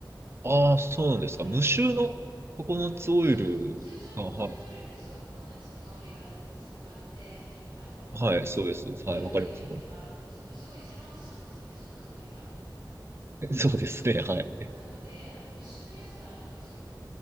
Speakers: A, on the right (about 30°); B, on the right (about 85°).
A: ああ、そうなんですか。
B: はい。
A: 無臭のココナッツオイルが、
B: あの、そう、通常ココナッツオイルってすごいココナッツの香りがすごくあって、
A: はい。
B: あの、
A: はい、そうです。
B: 料理によっては、
A: はい、わかります、こ
B: その、すごい邪魔をしちゃうんですよね、その香りが。
A: れ。<laughs> そうですね、はい。
B: そう、なので、あの、無臭のやつがあるんですよ。